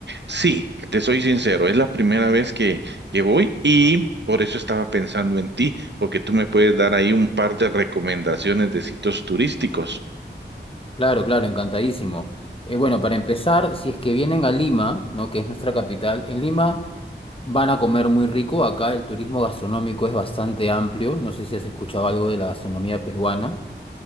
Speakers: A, on the right (about 70°); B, on the left (about 30°).
A: Sí, te soy sincero, es la primera vez que, que voy y por eso estaba pensando en ti, porque tú me puedes dar ahí un par de recomendaciones de sitios turísticos.
B: Claro, claro, encantadísimo. Eh, bueno, para empezar, si es que vienen a Lima, ¿no? Que es nuestra capital, en Lima van a comer muy rico. Acá el turismo gastronómico es bastante amplio. No sé si has escuchado algo de la gastronomía peruana.